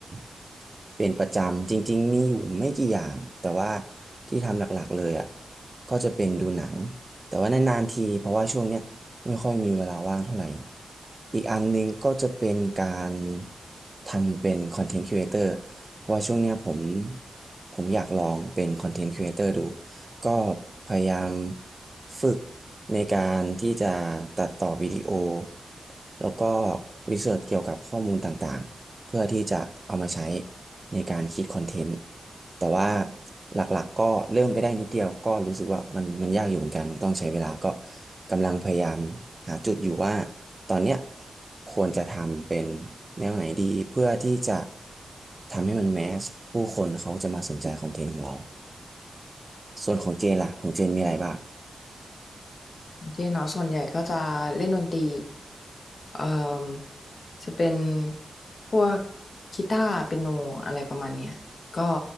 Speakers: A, on the right (about 25°); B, on the left (about 50°).
A: ำเป็นประจำจริงๆมีอยู่ไม่กี่อย่างแต่ว่าที่ทำหลักๆเลยอะก็จะเป็นดูหนังแต่ว่านานๆทีเพราะว่าช่วงเนี้ยไม่ค่อยมีเวลาว่างเท่าไหร่อีกอันหนึงก็จะเป็นการทำเป็นคอนเทนต์ครีเอเตอร์เพราะว่าช่วงเนี้ยผมผมอยากลองเป็นคอนเทนต์ครีเอเตอร์ดู ก็พยายามฝึกในการที่จะตัดต่อวิดีโอแล้วก็รีเสิร์ชเกี่ยวกับข้อมูลต่างๆเพื่อที่จะเอามาใช้ในการคิดคอนเทนต์แต่ว่าหลักๆก็เริ่มไปได้นิดเดียวก็รู้สึกว่ามันมันยากอยู่เหมือนกันต้องใช้เวลาก็กำลังพยายามหาจุดอยู่ว่าตอนเนี้ยควรจะทำเป็นแนวไหนดีเพื่อที่จะทำให้มันแมสผู้คนเขาจะมาสนใจคอนเทนต์ของเรา ส่วนของเจนล่ะของเจนมีอะไรบ้าง
B: เจนเนาะส่วนใหญ่ก็จะเล่นดนตรีเอ่อจะเป็นพวกกีตาร์เปียโนอะไรประมาณเนี้ยก็